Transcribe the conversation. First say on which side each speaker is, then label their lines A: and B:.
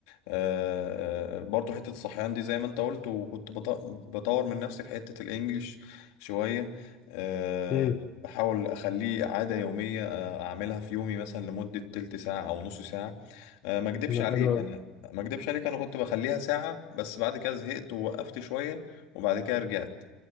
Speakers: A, on the left; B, on the left.
A: آه، آه، برضو حتة الصحيان دي زي ما انت قلت وكنت بط- بطور من نفسي في حتة الانجليش شوية آه،
B: مم،
A: بحاول اخليه عادة يومية آه، اعملها في يومي مثلا لمدة تلت ساعة او نص ساعة آه، ما اكدبش عليك
B: حلو أوي
A: انا ما اكدبش عليك انا كنت بخليها ساعة بس بعد كده زهقت ووقفت شوية وبعد كده رجعت